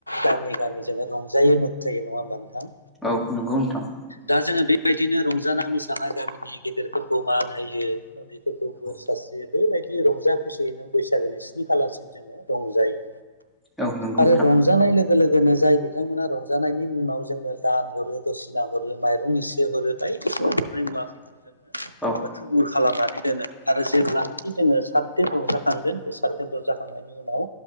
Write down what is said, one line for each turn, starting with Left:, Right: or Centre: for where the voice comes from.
Right: गामि गामि जोंङो रंजायो मोसायो नङा होमबा नोंथां
Centre: औ नंगौ नोंथां
Right: दा जोङो बेबायदिनो रंजा मोसानानाय गामिनि गेदेरफोरखौ मान होयो उन्दैफोरखौ बोर सासे
Centre: औ
Right: बेबायदि रंजा खुसियै नों बैसागोनि स्नि खालारसिम जोंङो रंजायो
Centre: औ नंगौ नोंथां
Right: आरो रंजानाय लोगो लोगो लोगोनो जाय बिथांमोना रंजानायनि मुनाव जोंनो दान हरो दसिना हरो माइरं इसि हरो बायदिसिना हरनाय
Centre: औ
Right: <unintelligible> खालामनानै दोनो आरो जेब्लानोाखि जोंङो सात दन द जाखांगोन बे सात दन द जाखांनायनि उनाव